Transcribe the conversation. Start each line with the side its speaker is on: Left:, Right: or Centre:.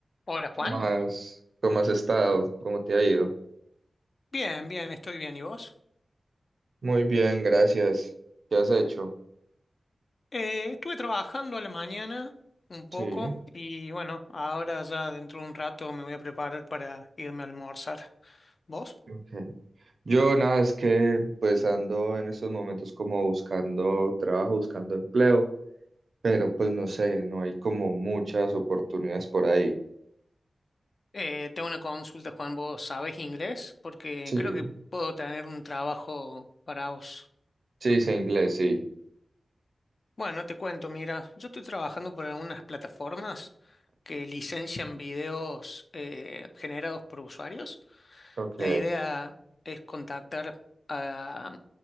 Left: Hola Juan,
Right: ¿Cómo has, cómo has estado? ¿Cómo te ha ido?
Left: bien, bien, estoy bien. ¿Y vos?
Right: Muy bien, gracias. ¿Qué has hecho?
Left: Eh, estuve trabajando a la mañana un poco
Right: Sí,
Left: y bueno, ahora ya dentro de un rato me voy a preparar para irme a almorzar. ¿Vos?
Right: ok. Yo nada, es que pues ando en estos momentos como buscando trabajo, buscando empleo, pero pues no sé, no hay como muchas oportunidades por ahí.
Left: Eh, tengo una consulta, Juan. ¿Vos sabés inglés? Porque
Right: Sí,
Left: creo que puedo tener un trabajo para vos.
Right: sí, sé inglés, sí.
Left: Bueno, te cuento, mira, yo estoy trabajando por algunas plataformas que licencian videos eh, generados por usuarios.
Right: Ok.
Left: La idea es contactar a,